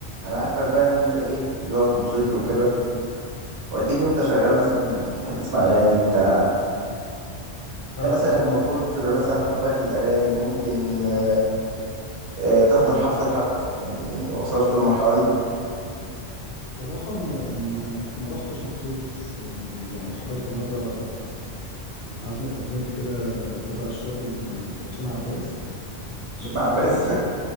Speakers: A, on the right; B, on the left.
A: انا عارفك بقى ان انت ايه ذوقك موسيقي وكده واكيد وانت شغال مثلا بتحب تسمع اغاني بتاع
B: اه
A: أنت مثلا
B: اكيد
A: من
B: طبعا
A: كتر مثلا حبك للاغاني ممكن آه، آه، تحضر حفلة لحد يعني وصلت للمرحلة دي
B: صراحة ما يعني ما ما رحتش مخصوص يعني يعني حضرت مرة حفلة في ايفنت كده تبع الشغل اللي كان لهشام عباس
A: مش
B: بس
A: مع عباس
B: ان انا